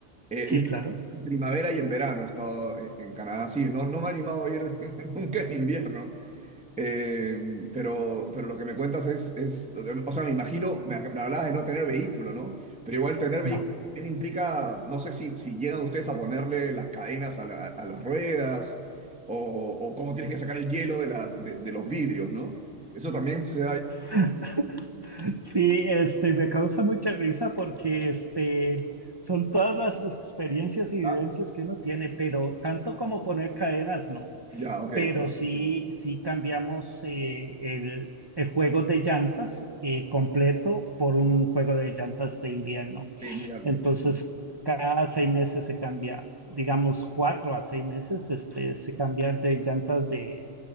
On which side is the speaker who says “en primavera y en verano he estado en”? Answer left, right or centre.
Centre